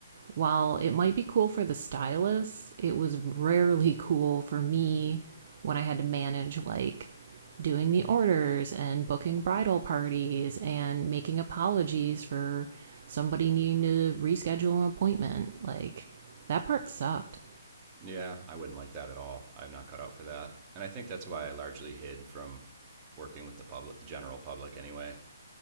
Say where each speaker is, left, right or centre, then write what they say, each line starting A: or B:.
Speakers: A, on the right (about 45°); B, on the right (about 25°).
A: While it might be cool for the stylus, it was rarely <laughs> cool for me when I had to manage like doing the orders and booking bridal parties and making apologies for somebody needing to reschedule an appointment. Like, that part sucked.
B: Yeah, I wouldn't like that at all. I'm not cut out for that, and I think that's why I largely hid from working with the public, the general public, anyway.